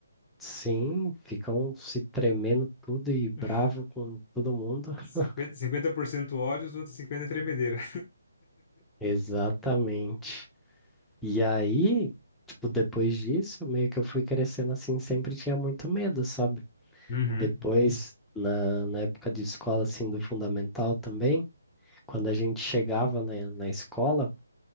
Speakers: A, in the centre; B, on the left.
A: sim, ficam se tremendo tudo e bravo
B: <laughs>
A: com todo mundo. <laughs>
B: cinquenta cinquenta por cento ódio, os outros 50% tremedeira. <laughs>
A: Exatamente. E aí, tipo, depois disso, meio que eu fui crescendo assim, sempre tinha muito medo, sabe?
B: Uhum.
A: Depois, na, na época de escola, assim, do fundamental também, quando a gente chegava na, na escola,